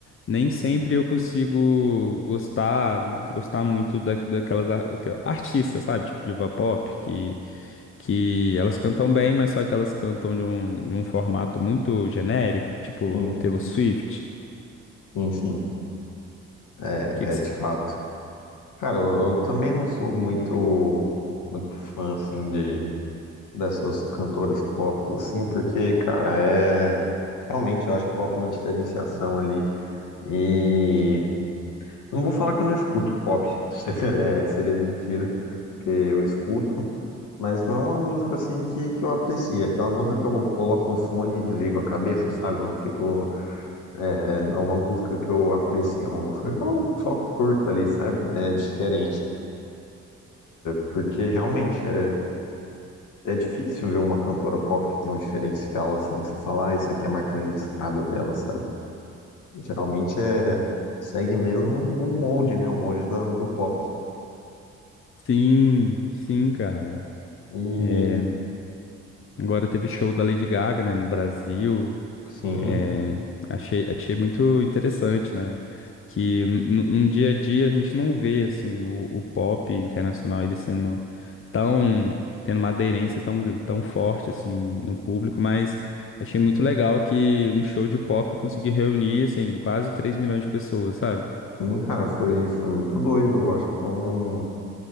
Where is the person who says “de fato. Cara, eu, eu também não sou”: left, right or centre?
Left